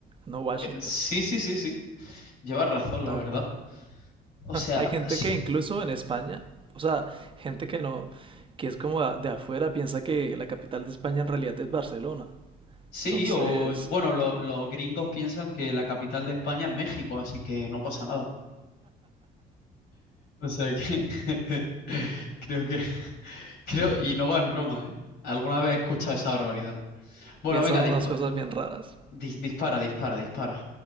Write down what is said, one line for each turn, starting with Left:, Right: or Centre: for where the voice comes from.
Right: no Washington.
Left: Eh, Sí, sí, sí, sí. Llevas razón, la
Right: Enton-
Left: verdad. O sea,
Right: Hay gente
Left: s-
Right: que incluso en España, o sea, gente que no, que es como a- de afuera, piensa que la capital de España en realidad es Barcelona.
Left: sí,
Right: Entonces,
Left: o bueno, lo- los gringos piensan que la capital de España es México, así que no pasa nada. O sea que <laughs> creo que Creo, y no va en broma, ¿eh? Alguna vez he escuchado esa barbaridad. Bueno,
Right: piensan
Left: venga, dispa-
Right: unas cosas bien raras.
Left: dis- dispara, dispara, dispara.